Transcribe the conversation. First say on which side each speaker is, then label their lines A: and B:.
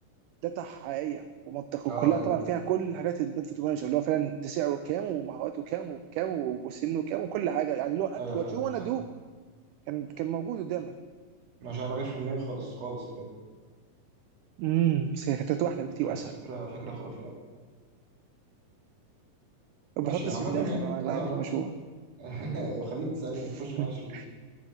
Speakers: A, on the right (about 80°); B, on the right (about 50°).
A: داتا حقيقيه ومنطقيه
B: اه
A: وكلها
B: ايوه
A: طبعا فيها كل حاجات البنفيت مانجر اللي هو فعلا ده سعره كام ومهاراته كام وبكام وسنه كام وكل حاجه يعني اللي هو اكشن
B: ايوه فعلا
A: وات يو وانا
B: صح
A: دو كان كان موجود قدامك
B: مش عارف، ما جاتش في دماغي خالص خالص بجد
A: امم بس كانت هتبقى احلى بكتير
B: فكرة
A: واسهل
B: فكرة فكرة خرافية يعني
A: وبحط
B: ماشي
A: اسمي
B: عامة
A: في الاخر
B: يعني
A: بقى
B: اللي
A: معاك
B: أنا عملته
A: في المشروع
B: <laughs> خليك تساعدني
A: <laughs>
B: تخش معايا شريك